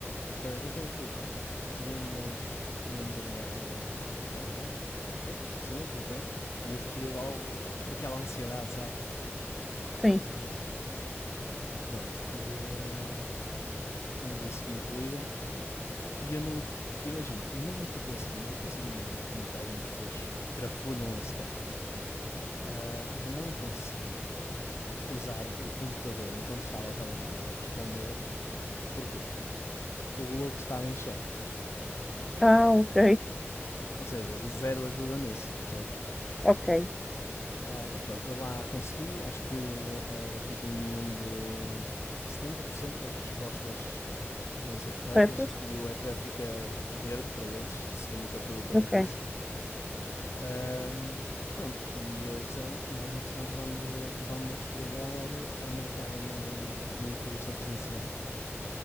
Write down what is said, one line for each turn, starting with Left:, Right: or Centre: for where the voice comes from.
Left: Ah, então eu pedi, olhem, podemos, podemos adiar ah, para amanhã? E eles, pronto, sim senhor, tudo bem. E eu fiquei logo ah, com aquela ansiedade, sabes?
Centre: sim.
Left: Ah, pronto, e ah, no dia seguinte ligam-me e eu nem, imagina, mesmo que eu consegui, eu consegui imaginar como é que algumas pessoas trafulham esse casting. Ah, eu não conseguia usar o computador enquanto estava ao telemóvel a responder. Porquê? O Google estava em checo.
Centre: Ah, ok,
Left: Ou seja, zero ajuda nisso, percebes?
Centre: ok.
Left: Ah, mas pronto, eu lá consegui, acho que era tipo um mínimo de 70% das respostas tinham de ser corretas
Centre: Corretos?
Left: e o ecrã fica verde para eles, segundo o que a produtora
Centre: Ok,
Left: me disse. Ahm, pronto, e eles são, nós entretanto vamos, vamos te ligar a marcar uma, uma entrevista presencial.